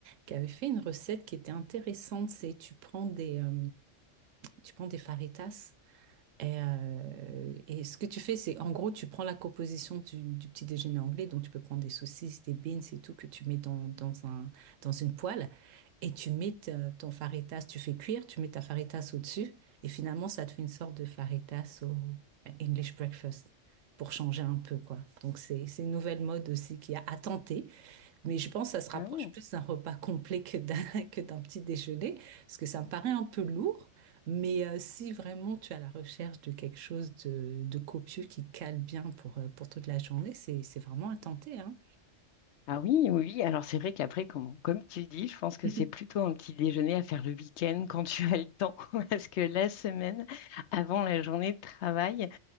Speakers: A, on the right; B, on the left.
A: qui avait fait une recette qui était intéressante. C'est tu prends des, euh, tu prends des faritas Et, euh, et ce que tu fais, c'est en gros, tu prends la composition du, du petit déjeuner anglais, donc tu peux prendre des saucisses, des beans et tout que tu mets dans, dans un, dans une poêle et tu mets ta- ton faritas, tu fais cuire, tu mets ta faritas au-dessus et finalement, ça te fait une sorte de faritas au English breakfast pour changer un peu, quoi. Donc, c'est, c'est une nouvelle mode aussi qui a à tenter mais je pense que ça se rapproche
B: Ah ouais.
A: plus d'un repas complet que d'un <laughs> que d'un petit déjeuner, parce que ça me paraît un peu lourd. Mais euh, si vraiment tu as la recherche de quelque chose de, de copieux qui cale bien pour, euh, pour toute la journée, c'est, c'est vraiment à tenter, hein.
B: Ah oui, oui, oui. alors c'est vrai qu'après, comme, comme tu dis, je pense que
A: <laughs>
B: c'est plutôt un petit déjeuner à faire le week-end quand tu as le temps, <laughs> parce que la semaine, avant la journée de travail,